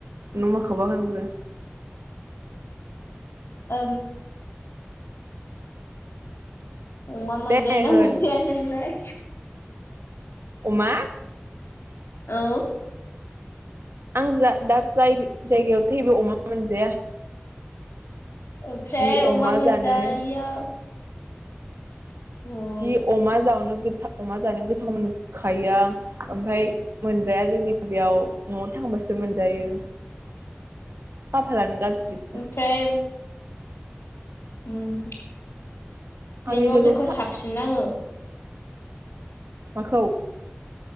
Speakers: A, on the right; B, on the left.
A: नों माखौबा होनग्रो
B: ओ अमा मोनजायो
A: दे
B: ना
A: होन
B: मोनजाया नोंलाय?
A: अमा
B: औ
A: आं जा दा जाय जायगायाव थैबो अमा मोनजाया
B: ओमफ्राय
A: जि
B: अमा मोनजायया
A: जानो
B: न
A: जि अमा जावनो गोथा - अमा जानो गोथाव मोनखायो आं ओमफ्राय मोनजाया जोंनि बेयाव न'आव थांबासो मोनजायो खाफालानो गाज्रिथार
B: फ्राय उम
A: आंनि
B: नोङो
A: लोगोआव
B: बेखौ
A: था
B: साबसिन नाङो
A: माखौ